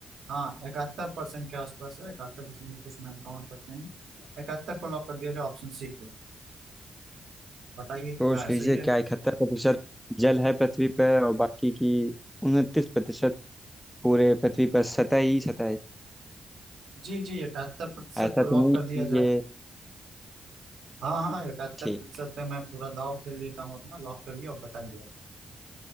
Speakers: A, on the right (about 70°); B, in the centre.
A: हाँ इकहत्तर परसेंट के आसपास है इकहत्तर दशमलव कुछ मैं काउंट करते हैं इकहत्तर को लॉक कर दिया जाए ऑप्शन सी पे बताइए
B: सोच
A: क्या है सही
B: लीजिए
A: है
B: क्या इकहत्तर प्रतिशत जल है पृथ्वी पर और बाकी की उनतीस प्रतिशत पूरे पृथ्वी पर सतह ही सतह है
A: जी जी इकहत्तर प्रतिशत
B: ऐसा
A: को
B: तो
A: लॉक
B: नहीं है
A: कर दिया
B: कि
A: जाए
B: ये
A: हाँ हाँ इकहत्तर
B: ठीक
A: प्रतिशत पे मैं पूरा दाव खेल लेता हूँ अपना लॉक करिए और बताइए